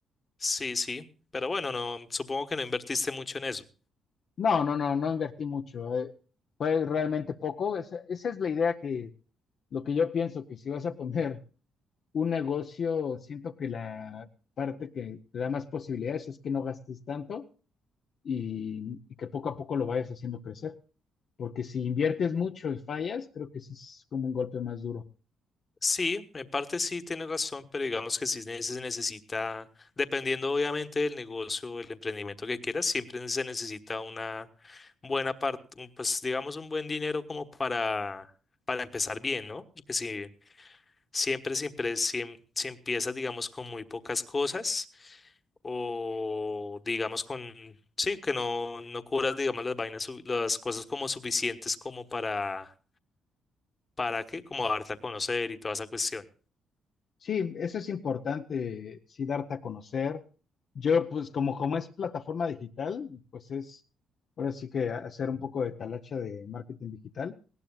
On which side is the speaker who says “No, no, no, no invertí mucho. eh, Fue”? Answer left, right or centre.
Left